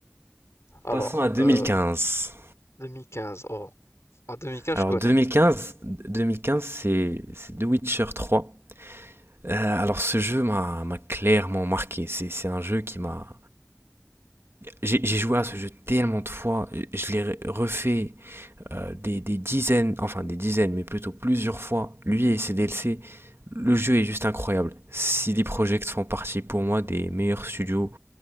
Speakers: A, on the left; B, on the right.
A: Alors,
B: Passons à 2015.
A: euh, 2015. Oh, En 2015,
B: Alors
A: je connais.
B: 2015, 2015 c'est c'est The Witcher 3. Euh, alors ce jeu m'a m'a clairement marqué. C'est c'est un jeu qui m'a... J'ai j'ai joué à ce jeu tellement de fois, je l'ai refait euh, des, des dizaines, enfin des dizaines, mais plutôt plusieurs fois, lui et ses DLC. Le jeu est juste incroyable. CD Projekt font partie pour moi des meilleurs studios